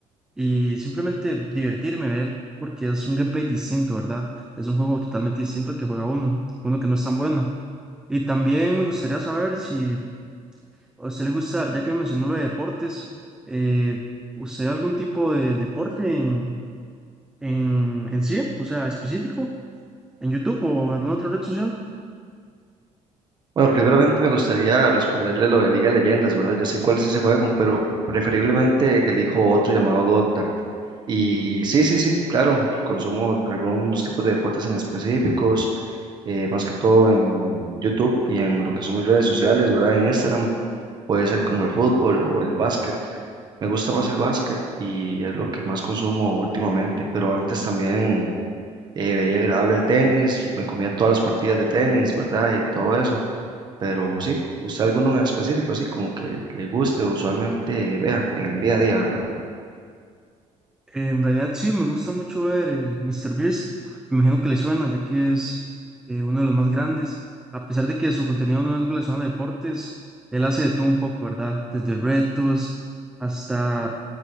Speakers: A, in the centre; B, on the right (about 35°).
A: y simplemente divertirme, ver, porque es un gameplay distinto, ¿verdad? Es un juego totalmente distinto al que juega uno, uno que no es tan bueno. Y también me gustaría saber si a usted le gusta, ya que me mencionó lo de deportes, eh, ¿usted algún tipo de deporte en, en, en sí, o sea, específico, en YouTube o en alguna otra red social?
B: Bueno, primeramente me gustaría responderle lo de Liga de Leyendas, ¿verdad? Yo sé cuál es ese juego, pero preferiblemente elijo otro llamado Dota. Y sí, sí, sí, claro, consumo algunos tipos de deportes en específicos eh, más que todo en YouTube y en lo que son mis redes sociales, ¿verdad? En Instagram puede ser como el fútbol o el básquet. Me gusta más el básquet y es lo que más consumo últimamente, pero antes también eh, veía agradable el tenis, me comía todas las partidas de tenis, ¿verdad? Y todo eso, pero sí, ¿usted alguno en específico, así como que le guste, usualmente vea en el día a día, ¿verdad?
A: Eh, en realidad sí, me gusta mucho ver eh, míster Beast Me imagino que le suena, ya que es eh, uno de los más grandes. A pesar de que su contenido no es relacionado a deportes, él hace de todo un poco, ¿verdad? Desde retos hasta